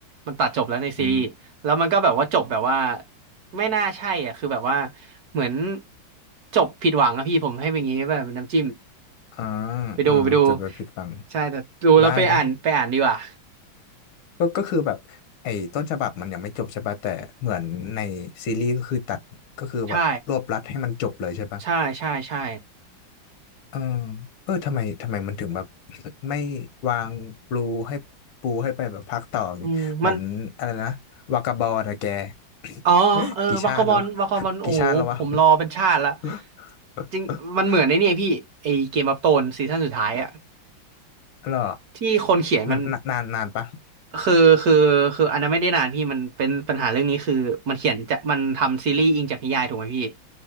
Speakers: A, on the right (about 60°); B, on the left (about 90°).
A: มันตัดจบแล้วในซีรีส์แล้วมันก็แบบว่าจบแบบว่า
B: อืม
A: ไม่น่าใช่อ่ะคือแบบว่าเหมือนจบผิดหวังอะพี่ผมให้เป็นอย่างงี้แบบเป็นน้ำจิ้ม
B: อ่า
A: ไปดูไปดู
B: อ่าจะไปผิดฟัง
A: ใช่แต่ดูแล้วไปอ่านไปอ่านดีกว่า
B: ได้ได้ ก็ก็คือแบบไอ้ต้นฉบับมันยังไม่จบใช่ปะแต่เหมือนในซีรีส์ก็คือตัดก็คือแบบรวบรัดให้มันจบเลยใช่ปะ
A: ใช่ใช่ใช่ใช่
B: เออเออทำไมทำไมมันถึงแบบไม่วางปูให้ปูให้ไปแบบพักต่ออย่างงี้เหมือนอะไรนะวากาบอลนะแก
A: อืมมัน
B: <coughs>
A: อ๋อเออวากาบอลวากาบอลโอ้โหผมรอเป็นชาติละ
B: <laughs> กี่ชาติแล้ว <coughs> <laughs> กี่ชาติแล้ววะ <laughs>
A: จริงมันเหมือนในนี่ยพี่ไอเกมออฟโธรนซีซั่นสุดท้ายอะ
B: หรอ
A: ที่คนเขียนมัน
B: มันนานนานนปะ
A: คือคือคืออันนั้นไม่ได้นานพี่มันเป็นปัญหาเรื่องนี้คือมันเขียนจะมันทำซีรีส์อิงจากนิยายถูกไหมพี่